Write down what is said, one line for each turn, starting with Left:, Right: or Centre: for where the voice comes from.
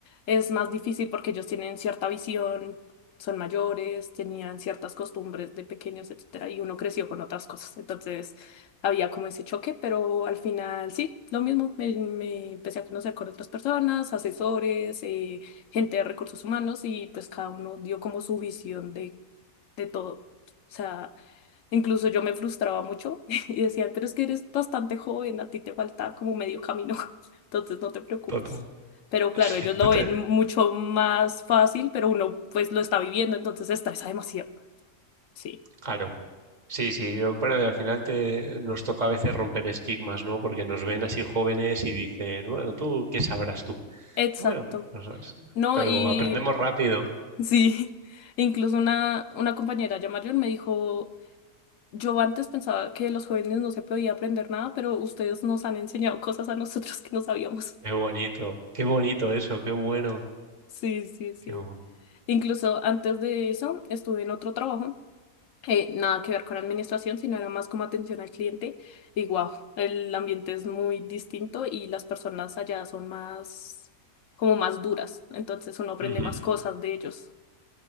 Left: es más difícil porque ellos tienen cierta visión, son mayores, tenían ciertas costumbres de pequeños, etcétera, y uno creció con otras cosas. Entonces había como ese choque, pero al final sí, lo mismo. Me, me empecé a conocer con otras personas, asesores, eh, gente de recursos humanos y pues cada uno dio como su visión de, de todo. O sea, Incluso yo me frustraba mucho <laughs> y decían, pero es que eres bastante joven, a ti te falta como medio camino, <laughs> entonces no te preocupes.
Right: Total.
Left: Pero claro,
Right: <laughs>
Left: ellos lo
Right: Tú te-
Left: ven mucho más fácil, pero uno pues lo está viviendo, entonces se estresa demasiado. Sí,
Right: Claro. Sí, sí, yo- bueno, y al final te, nos toca a veces romper estigmas, ¿no? Porque nos ven así jóvenes y dicen, bueno, tú, ¿qué sabrás tú?
Left: exacto.
Right: Bueno, no sabes,
Left: No,
Right: pero
Left: y
Right: aprendemos rápido.
Left: sí, <laughs> incluso una, una compañera ya mayor me dijo, yo antes pensaba que los jóvenes no se podía aprender nada, pero ustedes nos han enseñado cosas a nosotros que no sabíamos.
Right: Qué bonito, qué bonito eso, qué bueno,
Left: Sí, sí, sí.
Right: qué bueno.
Left: Incluso antes de eso estuve en otro trabajo, eh, nada que ver con administración, sino era más como atención al cliente. Y wow, el ambiente es muy distinto y las personas allá son más, como más duras. Entonces uno aprende
Right: Ujú,
Left: más cosas de ellos.